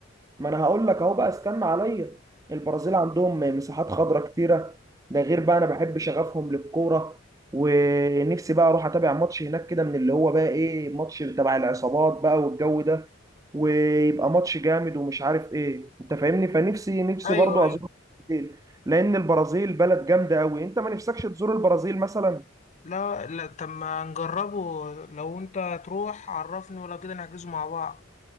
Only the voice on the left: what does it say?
ايوه
ايوه
لا لا طب ما نجربه لو انت تروح عرفني ولو كده نحجزه مع بعض